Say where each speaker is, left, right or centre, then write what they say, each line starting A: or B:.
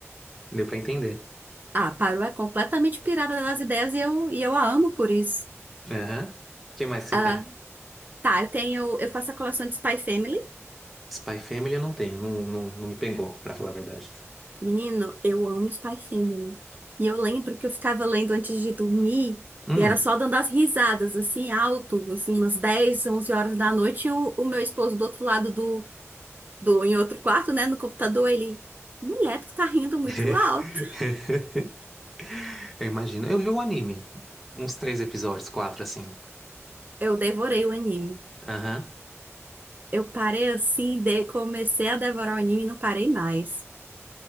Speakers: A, in the centre; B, on the right.
A: deu pra entender.
B: a Haru é completamente pirada das ideias e eu, e eu a amo por isso.
A: Aham. O que mais que você
B: Ah,
A: tem?
B: tá, eu tenho, eu faço a coleção de Spy Family.
A: Spy Family eu não tenho, não, não, não me pegou, pra falar a verdade.
B: Menino, eu amo Spy Family. E eu lembro que eu ficava lendo antes de dormir
A: Hum.
B: e era só dando as risadas, assim, alto, assim, umas 10, 11 horas da noite. E o, o meu esposo do outro lado do, do, em outro quarto, né, no computador, ele, mulher, tu tá rindo
A: <laughs>
B: muito alto.
A: Eu imagino. Eu vi o anime. Uns três episódios, quatro, assim.
B: Eu devorei o anime.
A: Aham.
B: Eu parei assim, de, comecei a devorar o anime e não parei mais.